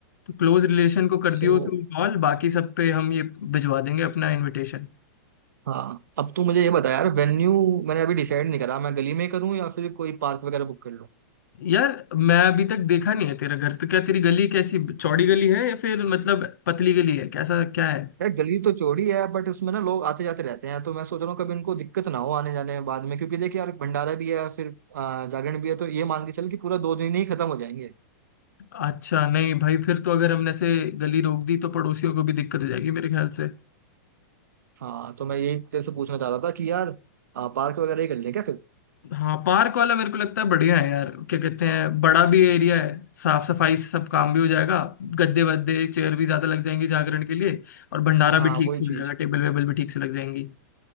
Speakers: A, on the left; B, on the right.
A: तो क्लोज रिलेशन को कर दियो
B: सो
A: तू कॉल बाकी सब पे हम ये भिजवा देंगे अपना इनविटेशन
B: हाँ अब तू मुझे ये बता यार वेन्यू मैंने अभी डिसाइड नहीं करा मैं गली में करूँ या फिर कोई पार्क वगैरह बुक कर लूँ
A: यार मैं अभी तक देखा नहीं है तेरा घर तो क्या तेरी गली कैसी चौड़ी गली है या फिर मतलब पतली गली है कैसा क्या है
B: यार गली तो चौड़ी है बट उसमें ना लोग आते जाते रहते हैं तो मैं सोच रहा हूँ कभी इनको दिक्कत ना हो आने जाने में बाद में क्योंकि देख यार भंडारा भी है फिर अ, जागरण भी है तो ये मान के चल कि पूरा दो दिन ही खत्म हो जाएंगे
A: अच्छा नहीं भाई फिर तो अगर हमने से गली रोक दी तो पड़ोसियों को भी दिक्कत हो जाएगी मेरे ख्याल से
B: हाँ तो मैं यही तेरे से पूछना चाह रहा था कि यार पार्क वगैरह ही कर लें क्या फिर
A: हाँ पार्क वाला मेरे को लगता है बढ़िया है यार क्या कहते हैं बड़ा भी एरिया है साफ सफाई से सब काम भी हो जाएगा गद्दे वद्दे चेयर भी ज्यादा लग जाएंगी जागरण के लिए और भंडारा भी
B: हाँ
A: ठीक
B: वही
A: से
B: चीज
A: हो जाएगा टेबल वेबल भी ठीक से लग जाएंगी